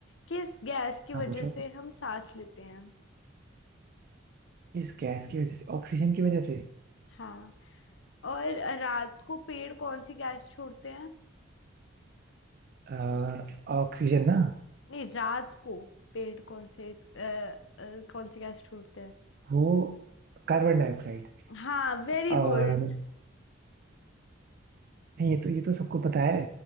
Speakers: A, on the left; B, on the right.
A: किस गैस की
B: हाँ
A: वजह
B: पूछो
A: से हम सांस लेते हैं
B: इस गैस की वजह से ऑक्सीजन की वजह से
A: हाँ और रात को पेड़ कौन सी गैस छोड़ते हैं
B: अ, ऑक्सीजन ना
A: नहीं रात को पेड़ कौन से अ, अ, कौन सी गैस छोड़ते हैं
B: वो कार्बन डाइऑक्साइड
A: हाँ वेरी
B: और
A: गुड
B: नहीं ये तो ये तो सबको पता है